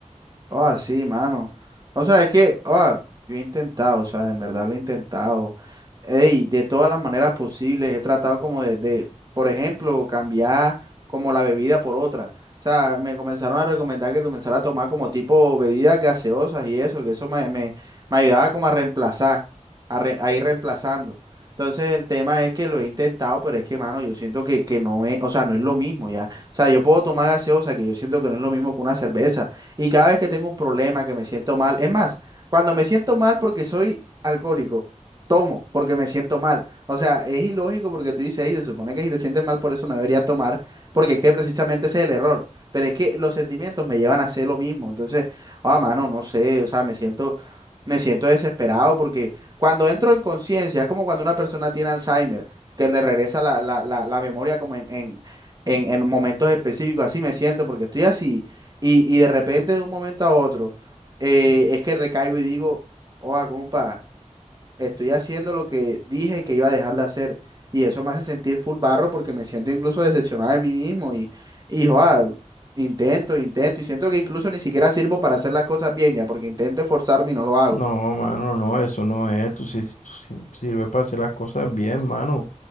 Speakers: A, on the right; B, on the left.
A: Oh, sí, mano. O sea, es que, oh, yo he intentado, o sea, en verdad lo he intentado. Ey, de todas las maneras posibles, he tratado como de, de, por ejemplo, cambiar como la bebida por otra. O sea, me comenzaron a recomendar que comenzara a tomar como tipo bebidas gaseosas y eso, que eso me, me, me ayudaba como a reemplazar, a, re- a ir reemplazando. Entonces el tema es que lo he intentado, pero es que, mano, yo siento que, que no es, o sea, no es lo mismo ya. O sea, yo puedo tomar gaseosa, que yo siento que no es lo mismo que una cerveza. Y cada vez que tengo un problema, que me siento mal, es más, cuando me siento mal porque soy alcohólico, tomo porque me siento mal. O sea, es ilógico porque tú dices, ahí se supone que si te sientes mal por eso no deberías tomar, porque es que precisamente ese es el error. Pero es que los sentimientos me llevan a hacer lo mismo. Entonces, ah, mano, no sé, o sea, me siento, me siento desesperado porque cuando entro en conciencia, es como cuando una persona tiene Alzheimer, que le regresa la, la, la, la memoria como en, en, en, en momentos específicos, así me siento porque estoy así y, y de repente de un momento a otro, eh, es que recaigo y digo, oh, compa estoy haciendo lo que dije que iba a dejar de hacer. Y eso me hace sentir full barro porque me siento incluso decepcionado de mí mismo. Y, y joa, intento, intento. Y siento que incluso ni siquiera sirvo para hacer las cosas bien ya, porque intento esforzarme y no lo hago.
B: No, mano, no, eso no es. Tú sí, tú sí sirves para hacer las cosas bien, mano.